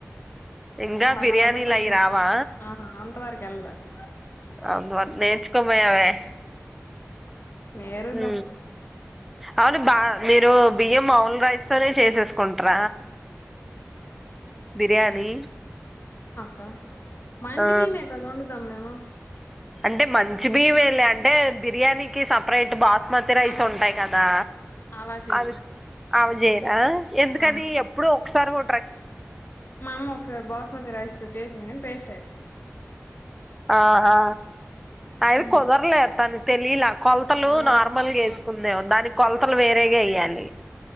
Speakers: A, in the centre; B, on the left.
A: ఇంగా
B: బంగాళదుంప
A: బిర్యానీలయిరావా
B: చికెన్ ఆహా అంత వరకు వెళ్ళదక్క
A: అవును నేర్చుకో పోయావే
B: నేరుద్దాం
A: హు అవును బ మీరు బియ్యం మాములు రైస్ తోనే చేసేసుకుంట్ర బిర్యానీ
B: క మంచి
A: ఆ
B: భీయమే కదా ఓండుతం మేము
A: అంటే మంచి బియ్యమేలే అంటే బిర్యానీకి సప్రేట్ బాస్ స్మతి రైస్
B: ఆహా
A: ఉంటాయి కదా
B: అలా చేయమక్క
A: అవి అవి చేయరా ఎందుకని
B: ఆహా
A: ఎప్పుడో ఒకసారీ గు
B: మా అమ్మ ఒకసారి బాస్మతి రైస్ తో చేసింది కానీ పేస్టై
A: ఆ ఆ
B: అయిపోయింది
A: అవి కుదర్లే తనక్ తెలీల కొలతలు
B: ఆ
A: నార్మల్గా ఎస్కుందేమో దానికి కొలతలు వేరేగేయ్యాలి